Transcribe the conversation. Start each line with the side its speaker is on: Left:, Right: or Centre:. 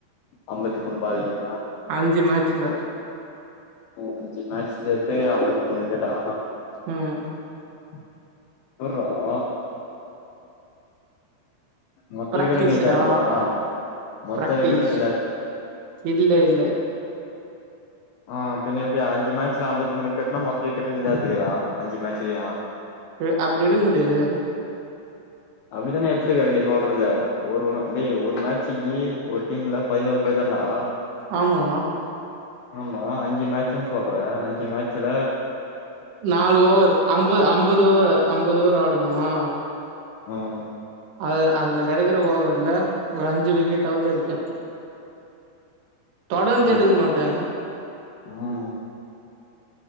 Left: ஐம்பத்தி மூணு பால்லயா
Right: அஞ்சு மேட்சல
Left: ஓ அஞ்சு மேட்ச சேத்து ஐம்பத்தி மூணு விக்கெடா
Right: ம்
Left: <unintelligible> மொத்த
Right: பிராக்டிஸ்டா
Left: விக்கட்ட நீ தா அடிச்யா மொத்த
Right: பிராக்டிஸ்
Left: விக்கட்ட நீ தா
Right: இல்ல இல்ல
Left: ஆமா பின்ன எப்பிடியா அஞ்சு மேட்சல அம்பத்தி மூணு கட்ணா மொத்த விக்கட்ட நீத்துக்குற அஞ்சு மேட்சையு
Right: ம் அப்டி எடுக்க முடியாதே
Left: அப்டித்தானே எத்துருக்குர நீ சொல்றது ஒரு டே ஒரு மே ஏஐ ஒரு டீம்ல பதினோரு பேர் தாண்டா
Right: ஆமா
Left: ஆமா அஞ்சு மேட்சுன் சொல்ற அஞ்சு மேட்சுல
Right: நாலு ஓவர் அம்பது அம்பது ஓவர் அம்பது ஓவர் ஆடுவோமா
Left: உம்
Right: அ அதுல கிடைக்கிற ஓவர்ல ஒரு அஞ்சு விக்கெட்டாவது எடுப்பே தொடந்து
Left: ஓ
Right: எடுக்க மாட்டே
Left: ஆ